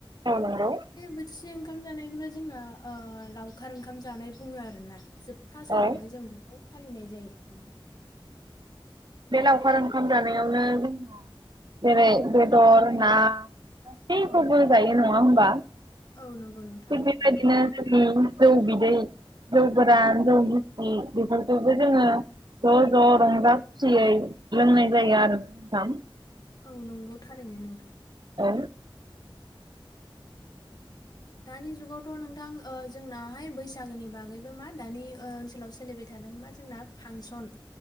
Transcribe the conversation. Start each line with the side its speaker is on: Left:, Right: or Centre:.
Right: औ नंगौ।
Left: बोथिसे बे ओंखाम जानायखौनो जोंना ओ लावखार ओंखाम जानाय बुङो आरो ना। जोबथा सानावहाय
Right: औ
Left: जों बेखौ फालिनाय जायो।
Right: बे लावखार ओंखाम जानायावनो जों जेरै बेदर ना गासैखौबो
Left: औ औ
Right: जायो नङा हमबा थिग
Left: औ नंगौ नोंथां
Right: बेबायदिनो
Left: नंगौ
Right: जोंनि जौ बिदै जौ गोरान जौ गिसि बेफोरखौबो जोङो ज' ज' रंजा खुसियै लोंनाय जायो आरो नोंथां।
Left: औ नंगौ थारैनो नोंथां।
Right: औ।
Left: दानि जुगावथ' नोंथां ओ जोंनाहाय बैसागोनि बागैबो मा दानि ओ ओनसोलाव सोलिबाय थादों मा जोंना फांसन